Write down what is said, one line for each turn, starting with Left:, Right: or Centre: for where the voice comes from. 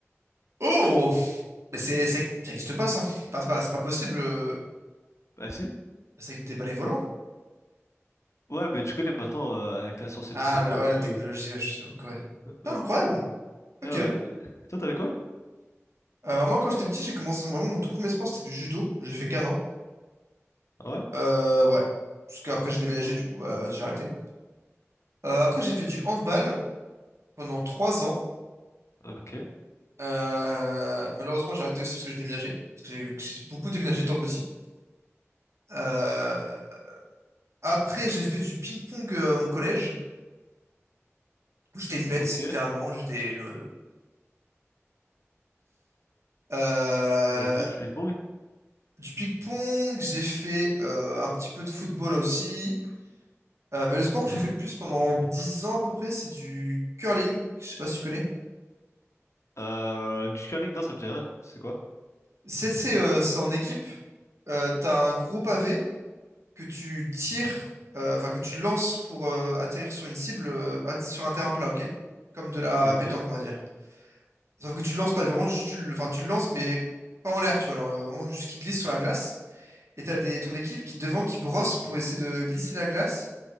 Right: Oh! Mais c'est... c'est- Ça existe pas, ça. Enfin, c'est pas, c'est pas possible. euh,
Left: Ah si?
Right: C'est avec des balais volants.
Left: Ouais, mais tu connais maintenant, euh, avec la science
Right: Ah,
Left: et tout, maintenant
Right: la- ouais, la
Left: on
Right: technologie,
Left: peut...
Right: ouais, je- j'avoue que ouais.
Left: Ouais.
Right: Ah, incroyable.
Left: Ah
Right: Ok. Euh,
Left: ouais. Euh, Toi, t'avais quoi?
Right: Alors moi, quand j'étais petit, j'ai commencé vraiment mon tout premier sport, c'était du judo. J'ai fait qu'un an.
Left: Ah ouais?
Right: Euh, ouais.
Left: Ok,
Right: Parce qu'après, j'ai déménagé, du coup, bah, j'ai arrêté. Euh, après, j'ai fait du handball pendant trois ans.
Left: ok,
Right: Euh, malheureusement, j'ai arrêté aussi parce que j'ai déménagé. Parce que j'ai j'ai beaucoup déménagé étant petit. Euh, après, j'ai fait du ping-pong euh, à mon collège. où J'étais une bête,
Left: ok,
Right: littéralement. J'étais le... Euh,
Left: ok, du ping-pong.
Right: du ping-pong, j'ai fait euh, un petit peu de football aussi. Euh, mais le sport que j'ai fait le plus pendant 10 ans à peu près, c'est du curling. Je sais pas si tu connais.
Left: Euh, du curling, non, ça me dit rien. C'est quoi?
Right: C'est c'est, euh, c'est en équipe. Euh, t'as un gros pavé que tu tires, euh, enfin que tu lances pour euh, atterrir sur une cible, euh, att- sur un terrain plat, ok? Comme de la
Left: Ok.
Right: pétanque, on va dire. Sauf que tu le lances pas vraiment, juste tu le, enfin tu le lances, mais pas en l'air, tu vois. Alors euh, vraiment juste qui glisse sur la glace. Et t'as des, ton équipe qui devant qui brosse pour essayer de lisser la glace